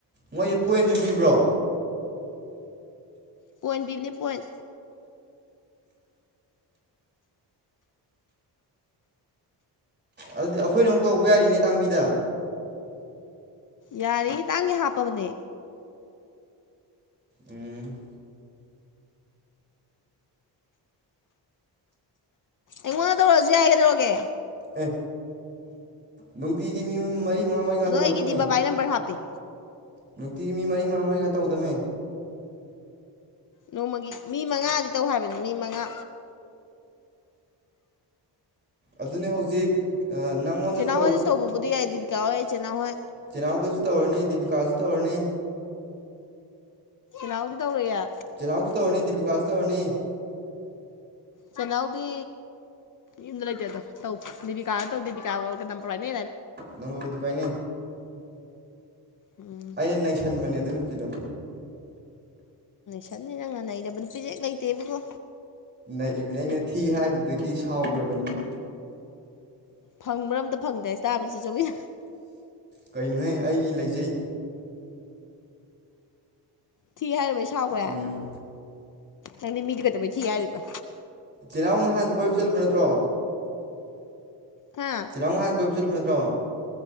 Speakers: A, on the right; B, on the left.
A: ꯃꯣꯏꯁꯤ ꯄꯣꯏꯟꯁꯨ ꯄꯤꯕ꯭ꯔꯣ
B: ꯄꯣꯏꯟꯕꯤꯕꯅꯦ ꯄꯣꯏꯟ
A: ꯑꯗꯨꯗꯤ ꯑꯩꯈꯣꯏꯅ ꯑꯃꯨꯛ ꯇꯧꯕ ꯌꯥꯔꯤꯅꯦ ꯇꯥꯡꯕꯤꯗ
B: ꯌꯥꯔꯤ ꯇꯥꯡꯒ ꯍꯥꯞꯄꯕꯅꯦ
A: ꯎꯝ
B: ꯏꯉꯣꯟꯅ ꯊꯧ ꯔꯖꯤ ꯍꯥꯏꯒꯗꯧꯒꯦ
A: ꯍ ꯅꯨꯡꯇꯤꯒꯤ ꯃꯤ ꯃꯔꯤ ꯃꯉꯥ ꯃꯔꯤ ꯉꯥꯛꯇꯧꯒꯗꯕꯅꯦ
B: ꯑꯗꯣ ꯑꯩꯒꯤꯗꯤ ꯕꯕꯥꯏ ꯅꯝꯕꯔ ꯍꯥꯞꯄꯤ
A: ꯅꯨꯡꯇꯤꯒꯤ ꯃꯤ ꯃꯔꯤ ꯃꯉꯥ ꯃꯔꯤ ꯉ ꯇꯧꯗꯃꯦ
B: ꯅꯣꯡꯃꯒꯤ ꯃꯤ ꯃꯉꯥꯗꯤ ꯇꯧ ꯍꯥꯏꯕꯅꯦ ꯃꯤ ꯃꯉꯥ
A: ꯑꯗꯨꯅꯤ ꯍꯧꯖꯤꯛ ꯅꯪꯉꯣꯟꯗ
B: ꯆꯦꯅꯥꯍꯣꯏꯗꯁꯨ
A: ꯑꯃ
B: ꯇꯧꯕꯕꯨꯗꯤ ꯌꯥꯏ ꯗꯤꯕꯤꯀꯥ ꯍꯣꯏ ꯆꯦꯅꯥꯍꯣꯏ
A: ꯆꯤꯅꯥꯎꯗꯁꯨ ꯇꯧꯔꯅꯤ ꯗꯤꯕꯤꯀꯥꯁꯨ ꯇꯧꯔꯅꯤ
B: ꯅꯎꯔꯤꯗꯧ꯭ꯔꯌꯥ
A: ꯆꯤꯅꯥꯎꯁꯨ ꯇꯧꯔꯅꯤ ꯗꯤꯄꯤꯀꯥꯁꯨ ꯇꯧꯔꯅꯤ
B: ꯆꯩꯅꯥꯍꯎꯗꯤ ꯌꯨꯝꯗ ꯂꯩꯇꯦ ꯑꯗꯣ ꯇꯧ ꯗꯤꯕꯤꯀꯥꯗ ꯇꯧ ꯗꯤꯕꯤꯀꯥ ꯀꯝ ꯄꯔꯥꯏꯅꯦ
A: ꯂꯪꯝꯕꯕꯨꯨꯗꯤ ꯄꯥꯏꯅꯦ
B: ꯎꯝ
A: ꯑꯩꯅ ꯅꯩꯁꯟꯕꯅꯦ ꯑꯗꯨ ꯅꯨꯄꯤꯗꯣ
B: ꯁꯟꯅꯤ ꯅꯪ ꯉ ꯅꯩꯗꯕ ꯅꯨꯄꯤꯖꯦ ꯂꯩꯇꯦꯕꯀꯣ
A: ꯅꯩꯕꯅꯦ ꯑꯩꯅ ꯊꯤ ꯍꯥꯏꯔꯨꯕꯗꯒꯤ ꯁꯥꯎꯈ꯭ꯔꯕꯅꯤ
B: ꯐꯪ ꯃꯔꯝꯇ ꯐꯪꯗ꯭ꯔꯦꯁ ꯇꯥꯕ ꯆ ꯆꯧꯋ
A: ꯀꯩꯅꯣꯍ ꯑꯩꯒꯤ ꯂꯩꯖꯩ
B: ꯊꯤ ꯍꯥꯏꯨꯔꯕꯩ ꯁꯥꯎꯈ꯭ꯔꯦ
A: ꯎꯝ
B: ꯅꯪꯗꯤ ꯃꯤꯗꯤ ꯀꯛꯇꯕꯩ ꯊꯤ ꯍꯥꯏꯔꯤꯕ
A: ꯇꯤꯅꯥꯎ ꯅꯍꯥꯟ ꯀꯣꯏꯕ ꯆꯠꯂꯨꯕ ꯅꯠꯇ꯭ꯔꯣ
B: ꯍꯥ
A: ꯆꯤꯜ ꯏꯅꯥꯎ ꯅꯍꯥꯟ ꯀꯣꯏꯕ ꯆꯠꯂꯨꯕ ꯅꯠꯇ꯭ꯔꯣ